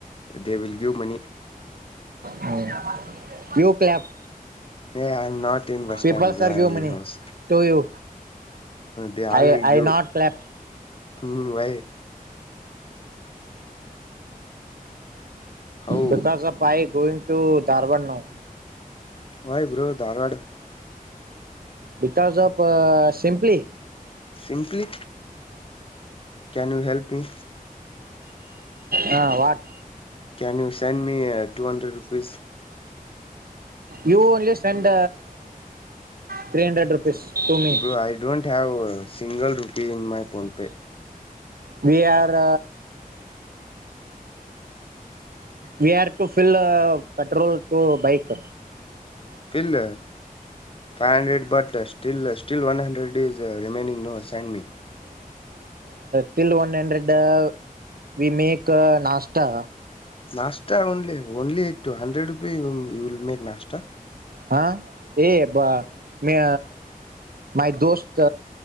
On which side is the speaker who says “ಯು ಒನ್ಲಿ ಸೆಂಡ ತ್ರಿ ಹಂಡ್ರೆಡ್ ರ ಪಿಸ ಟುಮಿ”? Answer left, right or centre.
Right